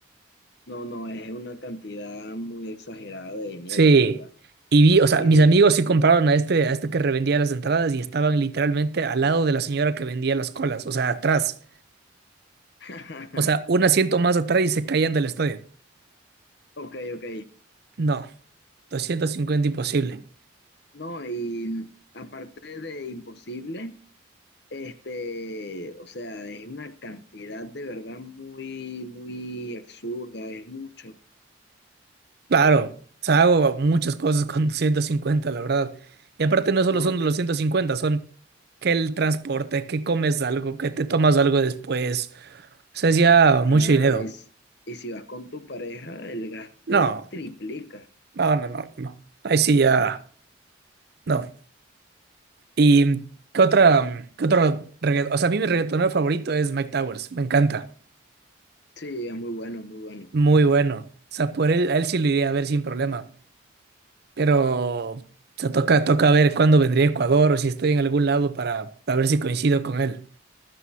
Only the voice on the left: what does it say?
No, no, es una cantidad muy exagerada de dinero,
la verdad.
Y
de...
<laughs>
Ok, ok.
No, y aparte de imposible. Este, o sea, es una cantidad de verdad muy, muy absurda, es mucho,
¿no?
Claro,
es, y si vas con tu pareja, el gasto
triplica.
Sí, es muy bueno, muy bueno.